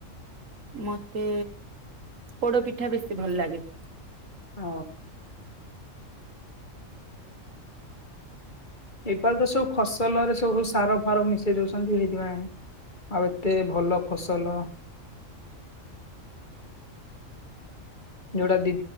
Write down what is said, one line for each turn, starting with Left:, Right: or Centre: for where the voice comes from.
Right: ମତେ ପୋଡ ପିଠା ବେଶୀ ଭଲ ଲାଗେ।
Left: ଅ ଏପାର ତ ସବୁ ଫସଲରେ ସବୁ ସାର ଫାର ମିଶେଇ ଦଉଛନ୍ତି ଏଇଥିପାଇଁ। ଆଉ ଏତେ ଭଲ ଫସଲ ଯୋଉଟା ଦି